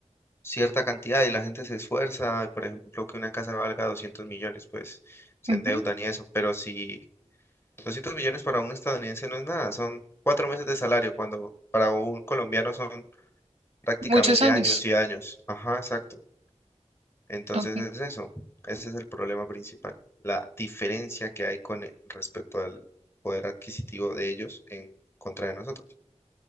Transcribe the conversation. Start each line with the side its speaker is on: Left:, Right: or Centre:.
Left: cierta cantidad y la gente se esfuerza, por ejemplo, que una casa valga 200 millones, pues se
Right: Ujú,
Left: endeudan y eso, pero si 200 millones para un estadounidense no es nada, son cuatro meses de salario, cuando para un colombiano son prácticamente
Right: Muchos años.
Left: años y años. Ajá, exacto. Entonces
Right: Ok,
Left: es eso, ese es el problema principal, la diferencia que hay con el- respecto al poder adquisitivo de ellos en contra de nosotros.